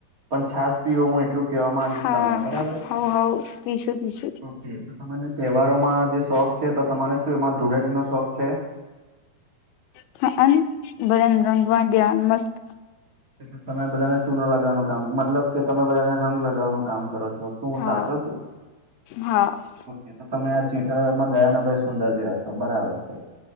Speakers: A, on the right; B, on the left.
A: પણ છાસ પીવ હું એટલું કેહેવા માંગીશ
B: હા
A: તમને બરાબર.
B: હવ હવ પીશું પીશું.
A: ઓકે તો તને તહેવારોમાં જે શોખ છે તો તમારે શું એમાં ધૂળેરીનો શોખ છે.
B: <unintelligible> બધાને રંગવા ગ્યા મસ્ત
A: એટલે તમે બધાને ચૂનો લગવાનું કામ મતલબ કે તમે બધાને રંગ લગાવવાનું કામ કરો છો. તો શું હું
B: હા
A: સાચો છું?
B: હા
A: એ તો તમે આ જેઠાલાલમાં દયાના ભાઈ સુંદર જેવા છો બરાબર છે.